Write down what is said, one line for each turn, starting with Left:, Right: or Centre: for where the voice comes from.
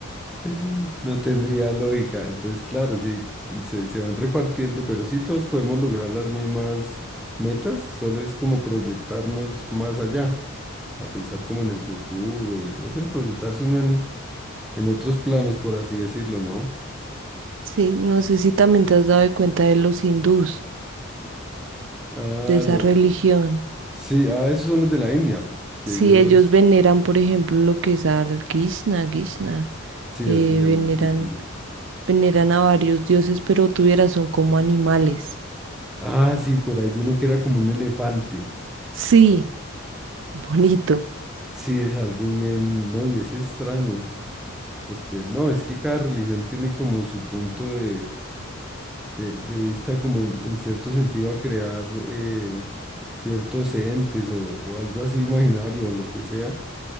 Centre: <laughs> No tendría lógica. Entonces, claro, sí, se, se van repartiendo, pero sí todos podemos lograr las mismas metas, solo es como proyectarnos más allá, a pensar como en el futuro y, no sé, proyectarse uno en, en otros planos, por así decirlo, ¿no?
Right: Sí, no sé si también te has dado de cuenta de los hindús,
Centre: Ah,
Right: de esa
Centre: los,
Right: religión.
Centre: sí, ah, esos son los de la India, que
Right: Si
Centre: ellos,
Right: ellos veneran, por ejemplo, lo que es al Krishna, Krishna,
Centre: sí,
Right: eh,
Centre: así se
Right: veneran,
Centre: llaman. Islas.
Right: veneran a varios dioses, pero tuvieras son como animales.
Centre: Ah, sí, por ahí vi uno que era como un elefante.
Right: Sí, <laughs> bonito.
Centre: Sí, es algo bien, no, y es extraño. porque no, es que cada religión tiene como su punto de, de- de vista, como en, en cierto sentido a crear eh, ciertos entes o, o algo así imaginario, o lo que sea,